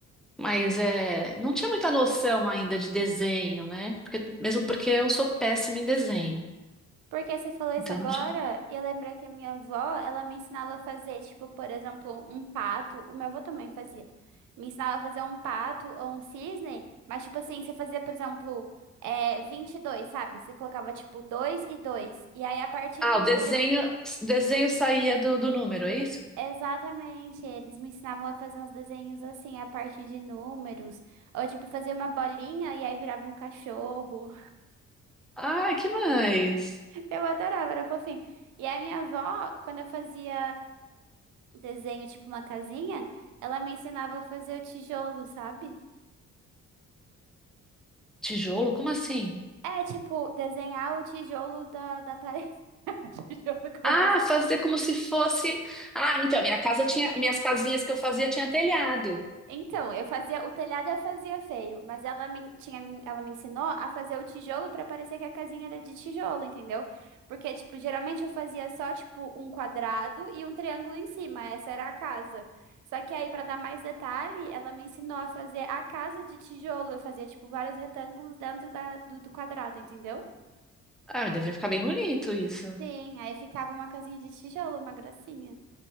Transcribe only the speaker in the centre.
mas é, não tinha muita noção ainda de desenho, né? Porque- mesmo porque eu sou péssima em desenho,
então
não tinha.
Ah,
o desenho,
desenho saía do, do número, é isso?
Ah, que mais?
Tijolo? Como assim?
Ah, fazer como se fosse. Ah, então, minha casa tinha, minhas casinhas que eu fazia tinha telhado.
Ah, mas devia ficar bem bonito isso.